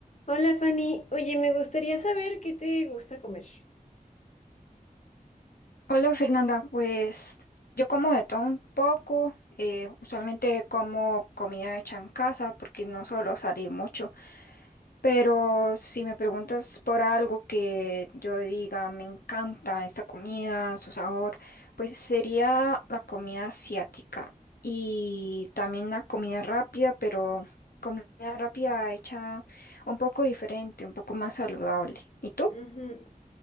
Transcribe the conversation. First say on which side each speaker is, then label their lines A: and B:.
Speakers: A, on the left; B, on the left.
A: Hola Fanny, oye, me gustaría saber qué te gusta comer.
B: Hola Fernanda, pues yo como de todo un poco, eh, usualmente como comida hecha en casa porque no suelo salir mucho, pero si me preguntas por algo que yo diga me encanta esta comida, su sabor, pues sería la comida asiática y también la comida rápida, pero comida rápida hecha un poco diferente, un poco más saludable. ¿Y tú?
A: Ujú.